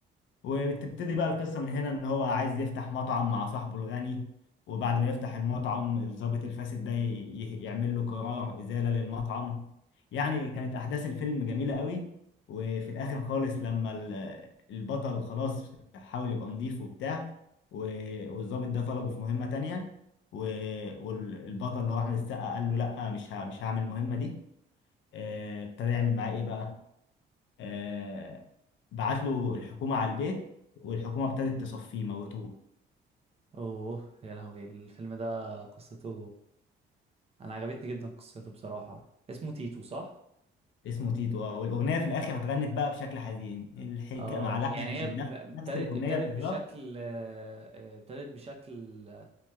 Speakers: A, on the left (about 70°); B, on the right (about 30°).
A: وبتبتدي بقى القصة من هنا ان هو عايز يفتح مطعم مع صاحبه الغني وبعد ما يفتح المطعم الضابط الفاسد ده ي- ي- يعمل له قرار إزالة للمطعم يعني كانت أحداث الفيلم جميلة قوي وفي الآخر خالص لما ال- البطل خلاص حاول يبقى نضيف وبتاع و- والضابط ده طلبه في مهمة تانية و- والبطل اللي هو أحمد السقا قال له لأ مش ه- مش هعمل المهمة دي آه، ابتدى يعمل معاه إيه بقى؟ آه، بعت له الحكومة على البيت والحكومة ابتدت تصفيه موتوه
B: اوه يا لهوي الفيلم ده قصته انا عجبتني جدا قصته بصراحة اسمه تيتو صح
A: اسمه تيتو اه والأغنية في الآخر اتغنت بقى بشكل حزين الحكاية
B: اه
A: مع لحن
B: يعني
A: حزين
B: هي ب-
A: نفس
B: ابتدت
A: نفس الأغنية
B: ابتدت
A: بالظبط
B: بشكل آه، آه، ابتدت بشكل آه،